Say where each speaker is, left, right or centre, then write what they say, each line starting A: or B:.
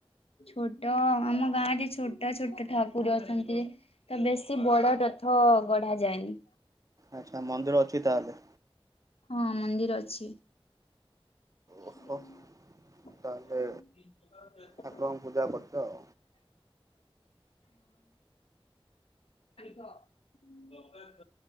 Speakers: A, on the left; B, on the right.
A: ଛୋଟ ଆମ ଗାଁ ରେ ଛୋଟ ଛୋଟ ଠାକୁର ଅଛନ୍ତି ତ ବେଶୀ ବଡ ରଥ ଗଢା ଯାଏନି।
B: ଆଚ୍ଛା ମନ୍ଦିର ଅଛି ତାହାଲେ?
A: ହଁ ମନ୍ଦିର ଅଛି। <unintelligible>
B: ଓହୋ
A: <unintelligible>
B: ତାହେଲେ ଠାକୁରଙ୍କୁ ପୂଜା କରୁଛ ଆଉ।
A: ହଁ। <unintelligible>